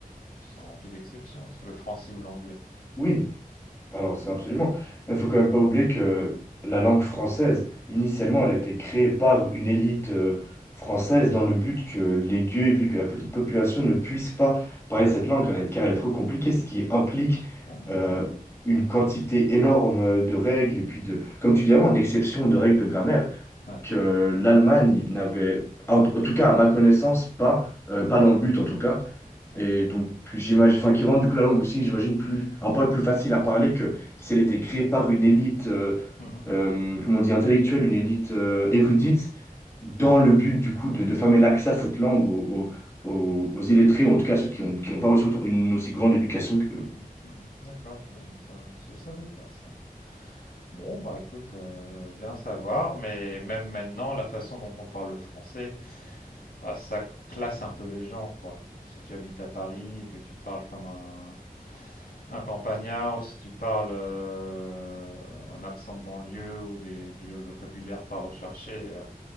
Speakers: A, on the left (about 85°); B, on the left (about 15°).
A: C'est rempli d'exceptions, le français ou l'anglais.
B: oui, Alors, ça, absolument. Il faut quand même pas oublier que la langue française, initialement, elle a été créée par une élite euh, française dans le but que les gueux et puis que la petite population ne puisse pas parler cette langue car elle est car elle est trop compliquée, ce qui implique
A: Ah
B: euh,
A: ouais.
B: une quantité énorme de règles et puis de, comme tu dis avant, d'exceptions de règles de grammaire
A: Ouais.
B: que l'Allemagne n'avait, en en tout cas à ma connaissance, pas, euh, pas dans le but en tout cas. Et
A: ouais.
B: donc, j'imagine, enfin, qui rendent du coup la langue aussi, j'imagine, plus, un poil plus facile à parler que si elle était créée par une élite, euh,
A: Mhm,
B: euh, comment on dit, intellectuelle, une élite euh, érudite, dans le but du coup de, de fermer l'accès à cette langue aux, aux, aux- aux illettrés, ou en tout cas à ceux qui n'ont qui n'ont pas reçu autant- une aussi grande éducation que
A: mhm, mhm. D'accord, ouais, ouais, ça, je savais pas ça. Bon, bah écoute, euh, bien savoir, mais même maintenant, la façon dont on parle le français, ah, ça classe un peu les gens, quoi. Si tu habites à Paris et que tu parles comme un, un campagnard, ou si tu parles euh, un accent de banlieue ou des, du vocabulaire pas recherché, euh,